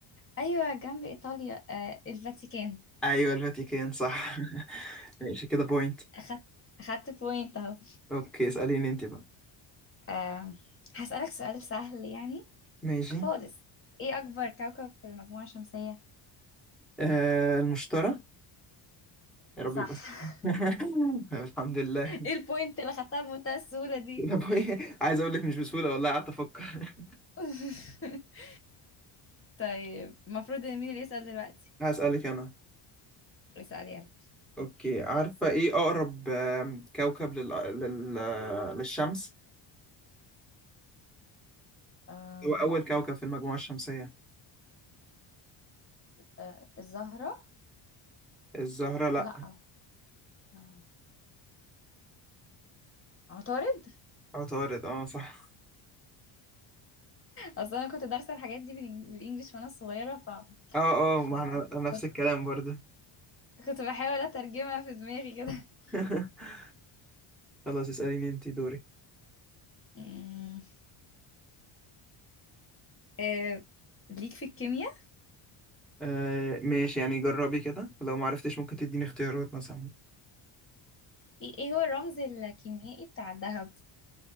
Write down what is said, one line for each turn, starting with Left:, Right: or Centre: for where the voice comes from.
Left: أيوة جنب إيطاليا آه، الفاتيكان
Centre: ايوه الفاتيكان صح <laughs> ماشي كده بوينت
Left: أخدت أخدت بوينت أهو
Centre: اوكي اسأليني انت بقى
Left: آه، هسألك سؤال سهل يعني
Centre: ماشي
Left: خالص إيه أكبر كوكب في المجموعة الشمسية؟
Centre: آه المشترى يا رب
Left: صح
Centre: يبقى صح.
Left: <laughs>
Centre: <laughs> الحمد لله
Left: إيه البوينت اللي خدتها بمنتهى السهولة دي؟
Centre: كده بوينت <laughs> عايز اقول لك مش بسهولة والله قعدت افكر
Left: <laughs> طيب المفروض ان مين اللي يسأل دلوقتي
Centre: <laughs> هسألك انا
Left: اسأل يلا
Centre: اوكي عارفة ايه اقرب آم، كوكب لل... لل... للشمس
Left: آه
Centre: هو اول كوكب في المجموعة الشمسية
Left: آه الزهرة
Centre: الزهرة لا
Left: لا آه عطارد
Centre: عطارد اه صح
Left: اصل انا كنت دارسه الحاجات دي بالإنج- بالانجلش وانا صغيره ف...
Centre: اه
Left: ف
Centre: اه ما احنا نفس
Left: كنت
Centre: الكلام برضه
Left: كنت بحاول اترجمها في دماغي كده <laughs>
Centre: <laughs> خلاص اسأليني انت دورك
Left: أمم، آه، ليك في الكيمياء
Centre: آه ماشي يعني جربي كده لو ما عرفتش ممكن تديني اختيارات مثلا
Left: ايه إيه هو الرمز الكيميائي بتاع الذهب